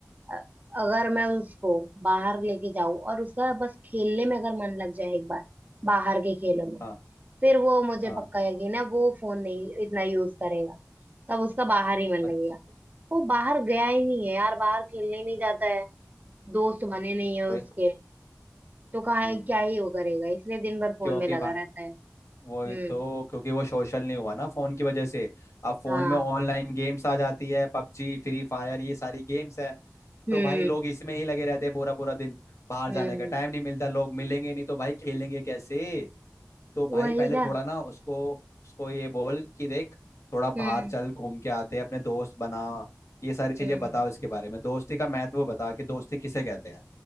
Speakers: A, on the right; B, on the left.
A: अ- अगर मैं उसको बाहर लेके जाऊं और उसका बस खेलने में अगर मन लग जाए एक बार बाहर के खेलों में
B: हाँ
A: फिर वो मुझे
B: हाँ
A: पक्का यकीन है कि ना वो फोन नहीं इतना यूज करेगा तब उसका बाहर ही मन
B: अच्छा
A: लगेगा वो बाहर गया ही नहीं है यार बाहर खेलने ही नहीं जाता है दोस्त बने नहीं है
B: तो
A: उसके
B: ये-
A: तो कहाँ
B: हम्म
A: है क्या ही वो करेगा इसलिए दिन भर फोन
B: क्योंकि
A: में लगा
B: भाई
A: रहता है हम्म
B: वही तो क्योंकि वो सोशल नहीं हुआ ना फोन की वजह से अब फोन
A: हाँ
B: में ऑनलाइन गेम्स आ जाती है पबजी फ्री फायर ये सारी गेम्स है
A: हम्म
B: तो भाई लोग इसमें ही लगे रहते हैं पूरा पूरा दिन बाहर
A: हम्म
B: जाने का टाइम
A: हम्म,
B: नहीं मिलता लोग मिलेंगे नहीं तो भाई खेलेंगे कैसे तो भाई
A: वही
B: पहले
A: ना
B: थोड़ा ना उसको उसको ये बोल कि देख थोड़ा बाहर
A: हम्म
B: चल घूम के आते हैं अपने दोस्त बना ये सारी चीजें
A: हम्म
B: बताओ इसके बारे में दोस्ती का महत्व बता कि दोस्ती किसे कहते हैं